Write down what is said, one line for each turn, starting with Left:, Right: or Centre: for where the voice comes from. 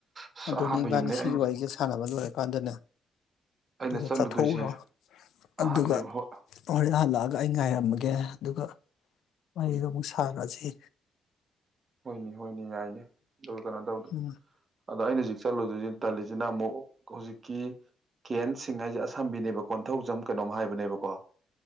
Right: ꯑꯁ
Left: ꯑꯗꯨꯅꯤ
Right: ꯑꯍꯥꯟꯕ
Left: ꯏꯕꯥꯅꯤ
Right: ꯌꯨꯝꯅꯦ
Left: ꯁꯤꯒꯤ
Right: ꯑꯩ
Left: ꯋꯥꯔꯤꯁꯦ ꯁꯥꯟꯅꯕ ꯂꯣꯏꯔꯦꯀꯥꯟꯗꯅꯦ
Right: ꯑꯩꯅ
Left: ꯑꯗꯨꯒ
Right: ꯆꯠꯂꯨꯗꯣꯏꯁꯦ
Left: ꯆꯠꯊꯣꯛꯎꯔꯣ ꯑꯗꯨꯒ
Right: ꯑꯍꯥꯟꯕ ꯌꯨꯝ ꯍꯣꯏ
Left: ꯍꯣꯔꯦꯟ ꯍꯜꯂꯛꯑ ꯑꯩ ꯉꯥꯏꯔꯝꯃꯒꯦ ꯑꯗꯨꯒ ꯋꯥꯔꯤꯗꯣ ꯑꯃꯨꯛ ꯁꯥꯔꯁꯤ
Right: ꯍꯣꯏꯅꯤ ꯍꯣꯏꯅꯤ ꯌꯥꯏꯅꯦ ꯑꯗꯨꯒ ꯀꯩꯅꯣ ꯇꯧ
Left: ꯎꯝ
Right: ꯑꯗꯨ ꯑꯩꯅ ꯆꯠꯂꯨꯗꯣꯏꯖꯦ ꯇꯜꯂꯤꯁꯤꯅ ꯑꯃꯨꯛ ꯍꯧꯖꯤꯛꯀꯤ ꯀꯦꯟ ꯁꯤꯡ ꯍꯥꯏꯁꯦ ꯑꯁꯝꯕꯤꯅꯦꯕ ꯀꯣꯟꯊꯧꯖꯝ ꯀꯩꯅꯣꯝ ꯍꯥꯏꯕ ꯕꯅꯦꯕꯀꯣ